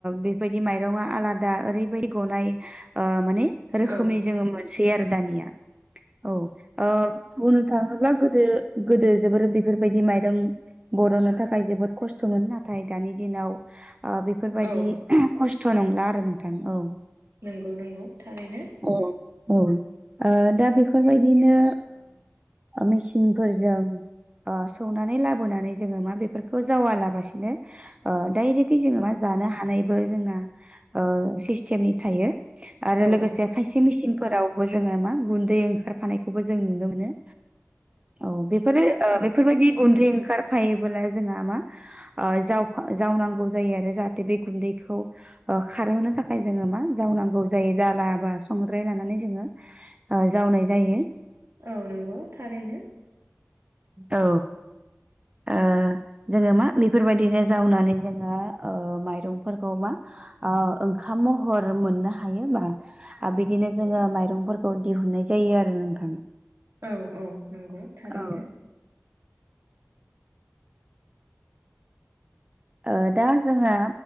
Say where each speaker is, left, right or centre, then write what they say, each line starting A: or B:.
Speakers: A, on the right; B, on the right.
A: बेफोरबायदि माइरंआ आलादा ओरैबायदि गनाय माने रोखोमनि
B: औ
A: जोङो मोनसै आरो दानिया औ बुंनो थाङोब्ला गोदो गोदो जोबोर बेफोरबायदि माइरं बर'नो थाखाय जोबोद खस्थ'मोन नाथाय दानि दिनाव बेफोरबायदि
B: औ
A: खस्थ' नंला आरो नोंथां औ
B: नंगौ नंगौ थारैनो
A: औ औ दा बेफोरबायदिनो मेसिनफोरजों सौनानै लाबोनानै जोङो मा बेफोरखौ जावालाबासिनो ओ दाइरेकयै जोङो मा जानो हानाय बो जोंना ओ सिसथेमनि थायो
B: औ
A: आरो लोगोसे खायसे से मिसिनफोरावबो जोङो मा गुन्दै ओंखारफानायखौबो जों नुनो मोनो औ बेफोरो ओ बेफोरबायदि गुन्दै ओंखारफायोबोला जोंहा मा ओ जावफा जावनांगौ जायो आरो जाहाथे बे गुन्दैखौ अ खारहोनो थाखाय जोङो मा जावनांगौ जायो दाला बा संद्राय लानानै जोङो ओ जावनाय जायो
B: औ नंगौ थारैनो
A: औ आ जोङो मा बेफोरबायदिनो जावनानै जोङो माइरंफोरखौ मा ओंखाम महर मोननो हायोबा आरो बिदिनो जोङो माइरंफोरखौ दिहुननाय जायो आरो नोंथां
B: औ औ नंगौ थारैनो
A: औ ओ दा जोहा